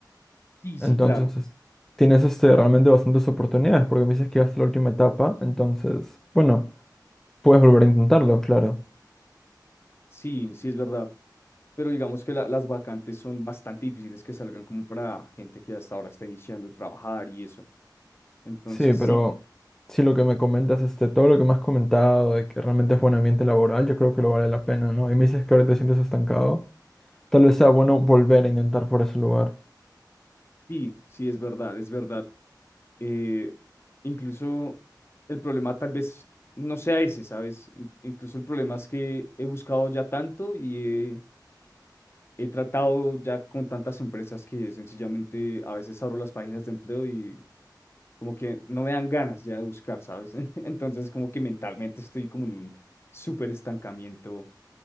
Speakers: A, on the left; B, in the centre.
A: sí,
B: Entonces,
A: sí, claro,
B: es- tienes este, realmente bastantes oportunidades porque me dices que hasta la última etapa. Entonces, bueno, puedes volver a intentarlo, claro.
A: sí, sí es verdad, pero digamos que la- las vacantes son bastante difíciles que salgan como para gente que hasta ahora está iniciando el trabajar y eso. Entonces,
B: Sí, pero
A: sí,
B: sí lo que me comentas, este, todo lo que me has comentado de que realmente es buen ambiente laboral, yo creo que lo vale la pena, ¿no? Y me dices que ahorita te sientes estancado, tal vez sea bueno volver a intentar por ese lugar.
A: sí, sí es verdad, es verdad. eh, incluso el problema tal vez no sea ese, ¿sabes? In- Incluso el problema es que he buscado ya tanto y he, he tratado ya con tantas empresas que sencillamente a veces abro las páginas de empleo y como que no me dan ganas ya de buscar, ¿sabes? <laughs> Entonces como que mentalmente estoy como en un súper estancamiento